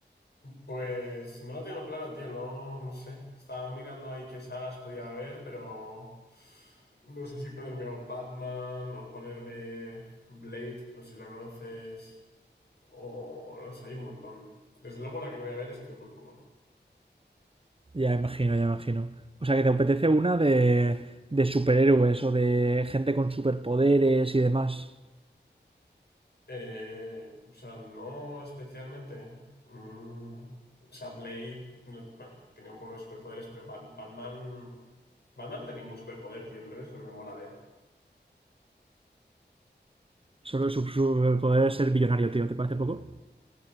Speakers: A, on the left; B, on the right.
A: Pues no lo tengo claro, tío, no, no sé. Estaba mirando ahí qué sagas podía haber, pero no sé si ponerme o Batman o ponerme Blade, no sé si la conoces, o no sé, hay un montón. Desde luego la que no voy a ver es Crepúsculo.
B: Ya imagino, ya imagino. O sea, que te apetece una de, de superhéroes o de gente con superpoderes y demás.
A: Eh, o sea, no especialmente. Mm, o sea, Blade no- bueno, tenía un poco de superpoderes, pero Bat- Batman... Batman no tiene ningún superpoder, tío, creo que es lo que me mola de él.
B: Solo su superpoder es ser billonario, tío. ¿Te parece poco?